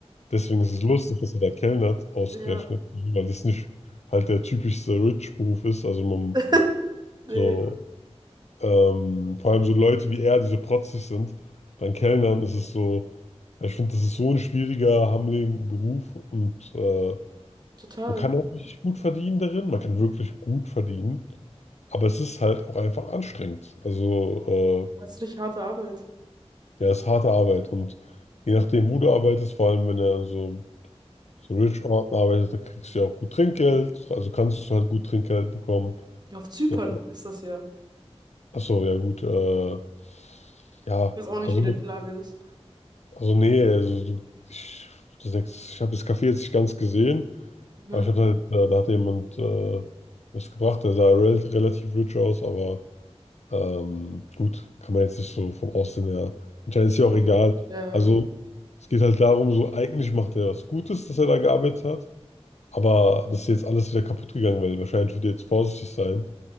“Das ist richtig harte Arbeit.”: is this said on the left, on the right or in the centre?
Right